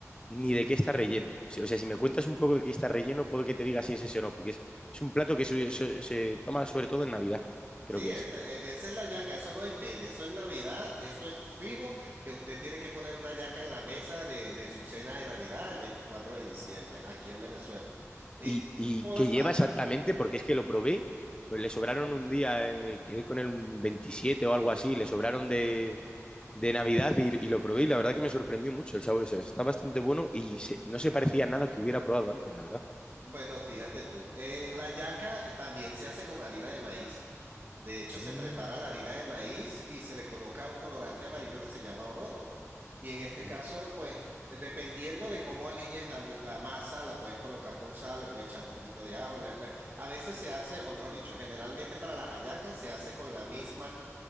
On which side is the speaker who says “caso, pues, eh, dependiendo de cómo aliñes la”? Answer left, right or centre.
Right